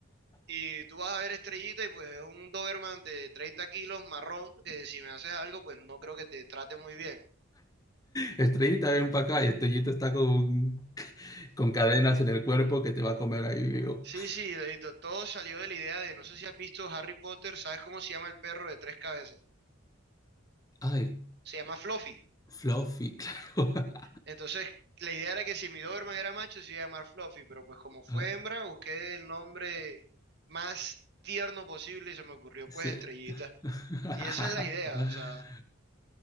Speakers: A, on the right; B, on the left.
A: Y tú vas a ver Estrellita y pues es un Doberman de 30 kilos marrón, que si me haces algo, pues no creo que te trate muy bien.
B: Estrellita, ven para acá y Estrellita está con, con cadenas en el cuerpo que te va a comer ahí vivo.
A: Sí, sí, y to- todo salió de la idea de, no sé si has visto Harry Potter, ¿sabes cómo se llama el perro de tres cabezas?
B: Ay,
A: Se llama Fluffy.
B: Fluffy, <laughs>
A: Entonces, la idea era que si mi Doberman era macho, se iba a llamar Fluffy, pero pues como fue
B: claro.
A: hembra, busqué el nombre más tierno posible y se me ocurrió
B: Sí.
A: pues Estrellita.
B: <laughs>
A: Y esa es la idea, o sea,